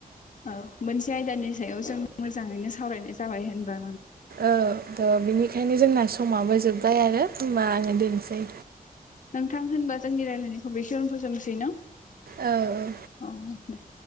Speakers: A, on the left (about 55°); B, on the right (about 80°).
A: औ मोनसे आयदानि सायाव जों मोजाङैनो सावरायनाय जाबाय होनबा
B: औ थ' बिनिखायनो जोंना समाबो जोब्बाय आरो होनबा आङो दोनसै।
A: नोंथां होनबा जोंनि रायजलायनायखौ बेखिनियावनो फोजोबसै ना
B: औ औ
A: औ दे।